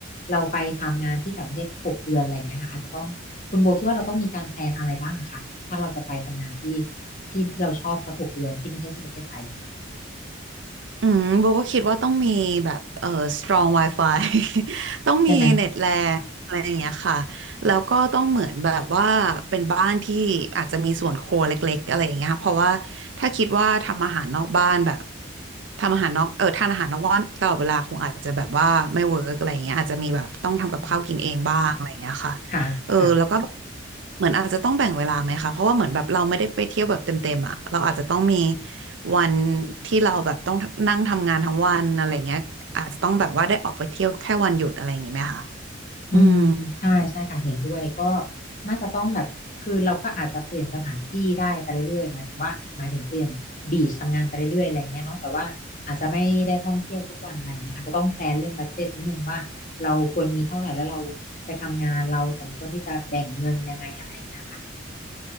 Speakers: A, on the left; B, on the right.
A: เราไปทำงานที่ต่างประเทศหกเดือนอะไรเงี้ยค่ะอาจจะต้องคุณโบคิดว่าเราต้องมีการแพลนอะไรบ้างอะคะถ้าเราจะไปทำงานที่ที่ที่เราชอบสักหกเดือนที่ไม่ใช่ที่ประเทศไทย
B: อืมโบก็คิดว่าต้องมีแบบเออ strong wifi <laughs> ต้องมีเน็ตแรงอะไรอย่างเงี้ยค่ะแล้วก็ต้องเหมือนแบบว่าเป็นบ้านที่อาจจะมีส่วนครัวเล็กๆอะไรอย่างเงี้ยค่ะเพราะว่าถ้าคิดว่าทำอาหารนอกบ้านแบบ
A: ใช่ไหม
B: ทำอาหารนอกเออทานอาหารนอกบ้านตลอดเวลาคงอาจจะแบบว่าไม่เวิร์กอะไรอย่างเงี้ยอาจจะมีแบบต้องทำกับข้าวกินเองบ้างอะไรอย่างเงี้ยค่ะ
A: อืมค่ะค่ะ
B: เออแล้วก็เหมือนอาจจะต้องแบ่งเวลาไหมคะเพราะว่าเหมือนแบบเราไม่ได้ไปเที่ยวแบบเต็มๆอ่ะเราอาจจะต้องมี วันที่เราแบบต้องนั่งทำงานทั้งวันอะไรเงี้ยอาจจะต้องแบบว่าได้ออกไปเที่ยวแค่วันหยุดอะไรอย่างงี้ไหมคะ
A: อืมใช่ใช่ค่ะเห็นด้วยก็
B: อืม
A: น่าจะต้องแบบคือเราก็อาจจะเปลี่ยนสถานที่ได้ไปเรื่อยๆหมายถึงว่าหมายถึงเปลี่ยนบีชทำงานไปเรื่อยๆอะไรเงี้ยเนาะแต่ว่าอาจจะไม่ได้ท่องเที่ยวทุกวันอะไรเงี้ยอาจจะต้องแพลนเรื่องบัดเจ็ตนิดนึงว่าเราควรมีเท่าไหร่แล้วเราไปทำงานเราสมควรที่จะแบ่งเงินยังไงอะไรเงี้ยค่ะ